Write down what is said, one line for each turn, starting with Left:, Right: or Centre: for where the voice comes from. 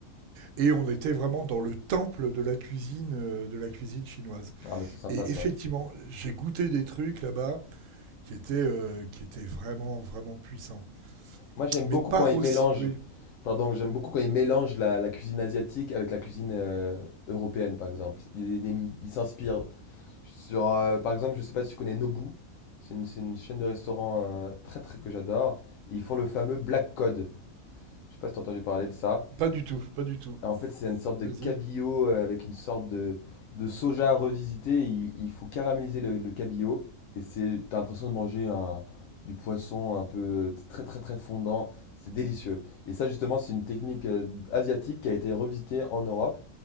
Right: et on était vraiment dans le temple de la cuisine, euh, de la cuisine chinoise.
Left: Ah, bah c'est sympa,
Right: Et
Left: ça.
Right: effectivement, j'ai goûté des trucs là-bas qui étaient, euh, qui étaient vraiment, vraiment puissants,
Left: Moi, j'aime
Right: mais
Left: beaucoup
Right: pas
Left: quand ils
Right: aussi,
Left: mélangent...
Right: oui,
Left: Pardon, j'aime beaucoup quand ils mélangent la, la cuisine asiatique avec la cuisine euh, européenne, par exemple. Ils ils- ils s'inspirent. Sur, euh, par exemple, je sais pas si tu connais Nobu. C'est une, c'est une chaîne de restaurants euh, très très que j'adore. Et Ils font le fameux Black cod. Je sais pas si t'as entendu parler de ça.
Right: pas du tout, pas du tout.
Left: Et En fait, c'est une sorte de
Right: Vas-y,
Left: cabillaud euh, avec une sorte de, de soja revisité. Il, il faut caraméliser le, le cabillaud. Et c'est, t'as l'impression de manger un, du poisson un peu très très très fondant. C'est délicieux. Et ça, justement, c'est une technique euh, asiatique qui a été revisitée en Europe.